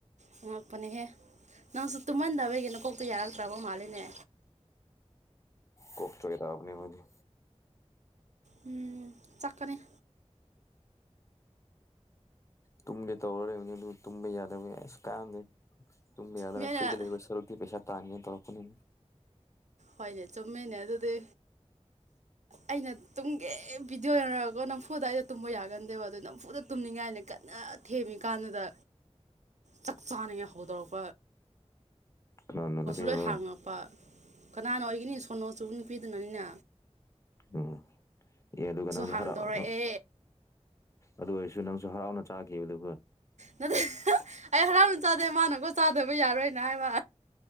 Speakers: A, on the right; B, on the left.
A: ꯉꯉꯛꯄꯅꯦꯍꯦ ꯅꯪꯁꯨ ꯇꯨꯝꯍꯟꯗꯕꯒꯤꯅ ꯀꯣꯛꯇꯨ ꯌꯥꯔꯛꯇ꯭ꯔꯕ ꯃꯥꯜꯂꯤꯅꯦ
B: ꯀ ꯆ ꯍꯇꯥꯥꯕꯅꯤ ꯍꯧꯖꯤ
A: ꯎꯝ ꯆꯠꯀꯅꯤ
B: ꯇꯨꯡꯗꯦ ꯇꯧꯔꯦꯅꯤ ꯇꯨꯝ ꯌꯥꯗꯁꯨ ꯀꯥꯏꯗꯦ ꯇꯨꯝ ꯌꯥꯎꯗꯅ
A: ꯃꯤꯅ
B: ꯐꯔꯤ ꯗ ꯂ ꯂꯩꯕꯁ ꯁꯔꯛꯇꯤ ꯄꯦꯁꯠ ꯇꯥꯡꯦ ꯇꯔꯣꯅꯤ
A: ꯍꯣꯏꯅꯦ ꯆꯨꯝꯃꯦꯅꯦ ꯑꯗꯨꯗꯤ ꯑꯩꯅ ꯇꯨꯝꯒꯦ ꯕꯤꯗꯤꯑꯣ ꯌꯦꯡꯔꯒꯀꯣ ꯅꯝꯐꯨꯗ ꯑꯩꯅ ꯇꯨꯝꯕ ꯌꯥꯒꯟꯗꯦꯕ ꯑꯗꯨꯗꯣ ꯅꯝꯐꯨꯗ ꯇꯨꯝꯅꯤꯡꯉꯥꯏꯅ ꯀꯟꯅ ꯊꯦꯝꯃꯤꯀꯥꯟꯗꯨꯗ ꯆꯥꯛ ꯆꯥꯅꯉꯍꯧꯗꯧꯔ
B: ꯈꯅ ꯊꯅ
A: ꯂꯣꯏ ꯍꯥꯡꯉꯛꯄ ꯀꯅꯥꯅ ꯑꯣꯏꯒꯅꯤ ꯁꯣꯅꯣ ꯆꯨꯕ ꯅꯨꯄꯤꯗꯨꯅꯅꯤꯅꯦ
B: ꯎꯝ ꯑꯦ ꯑꯗꯨꯒ ꯅꯪꯁꯨ
A: ꯍꯥꯡꯗꯣꯔꯛꯑꯦ
B: ꯍꯔꯥꯎ ꯑꯗꯨ ꯑꯣꯏꯔꯁꯨ ꯅꯪ ꯍꯔꯥꯎꯅ ꯆꯥꯈꯤꯕꯗꯨ
A: ꯅꯠꯇꯦ ꯑꯩ ꯍꯔꯥꯎꯅ ꯆꯥꯗꯦ ꯃꯥꯅꯀꯣ ꯆꯥꯗꯕ ꯌꯥꯔꯣꯏꯅ ꯍꯥꯏꯕ